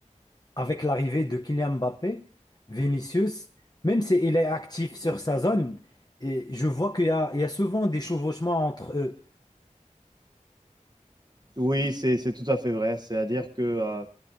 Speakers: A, on the left; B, on the right.
A: avec l'arrivée de Kylian Mbappé, Vinicius, même s'il est actif sur sa zone, et je vois qu'il y a, il y a souvent des chevauchements entre eux,
B: Oui, c'est c'est tout à fait vrai. C'est-à-dire que euh,